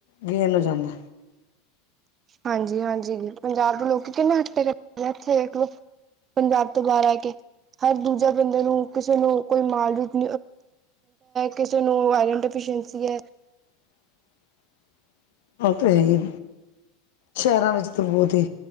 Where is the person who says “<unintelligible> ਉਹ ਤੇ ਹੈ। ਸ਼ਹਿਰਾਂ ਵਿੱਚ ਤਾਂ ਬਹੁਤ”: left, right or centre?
Left